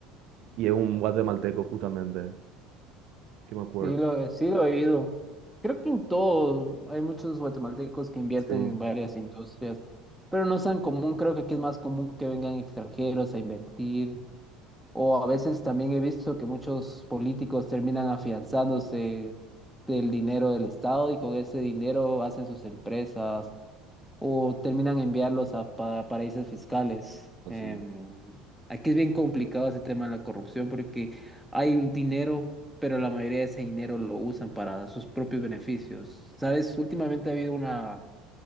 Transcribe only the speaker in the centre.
Sí lo, he- sí lo he oído. Creo que en todo hay muchos guatemaltecos que invierten
en varias industrias, pero no es tan común. Creo que aquí es más común que vengan extranjeros a invertir. O a veces también he visto que muchos políticos terminan afianzándose del dinero del Estado y con ese dinero hacen sus empresas o terminan enviarlos a pa- paraísos fiscales.
Em, aquí es bien complicado ese tema de la corrupción porque hay dinero, pero la mayoría de ese dinero lo usan para sus propios beneficios. ¿Sabes? Últimamente ha habido una,